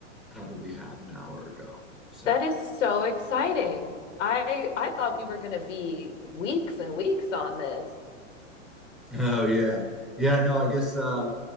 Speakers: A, in the centre; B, on the left (about 70°).
A: probably half an hour ago. So.
B: That is so exciting. I I thought we were going to be weeks and weeks on this.
A: Oh yeah, yeah. No, I guess uh,